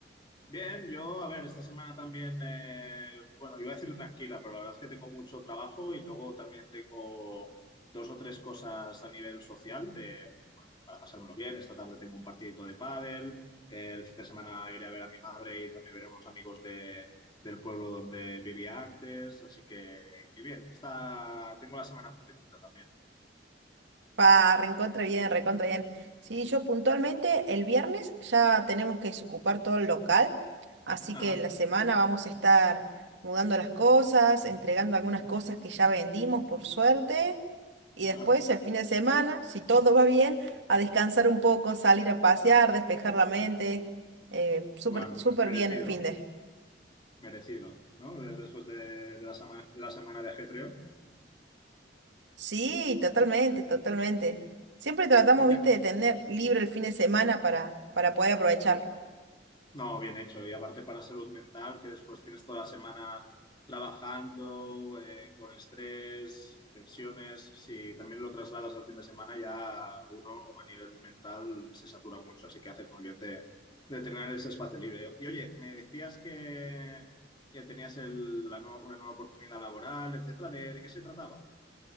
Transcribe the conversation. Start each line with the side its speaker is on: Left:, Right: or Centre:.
Left: Bien, yo, a ver, esta semana también, eh, bueno, iba a decir tranquila, pero la verdad es que tengo mucho trabajo y luego también tengo dos o tres cosas a nivel social de, bueno, para pasármelo bien. Esta tarde tengo un partidito de pádel, eh, el fin de semana iré a ver a mi madre y también veré a unos amigos de, del pueblo donde vivía antes, así que, que bien. Está, tengo la semana completita también.
Right: Pa, recontra bien, recontra bien. Sí, yo puntualmente el viernes ya tenemos que desocupar todo el local, así
Left: Ajá.
Right: que la semana vamos a estar mudando las cosas, entregando algunas cosas que ya vendimos, por suerte, y
Left: Ajá.
Right: después el fin de semana, si todo va bien, a descansar un poco, salir a pasear, despejar la mente, eh, súper,
Left: Bueno,
Right: súper
Left: me- merecido,
Right: bien el fin de.
Left: merecido, ¿no? De- Después de, de la semana, de la semana de ajetreo.
Right: Sí, totalmente, totalmente. Siempre tratamos,
Left: Porque,
Right: viste, de tener libre el fin de semana para, para poder aprovecharlo.
Left: no, bien hecho. Y aparte para salud mental, que después tienes toda la semana trabajando, eh, con estrés, tensiones. Si también lo trasladas al fin de semana, ya uno a nivel mental se satura mucho. Así que haces muy bien de, de tener ese espacio libre. Y oye, me decías que, que tenías el- la nueva- una nueva oportunidad laboral, etcétera. ¿De, de qué se trataba?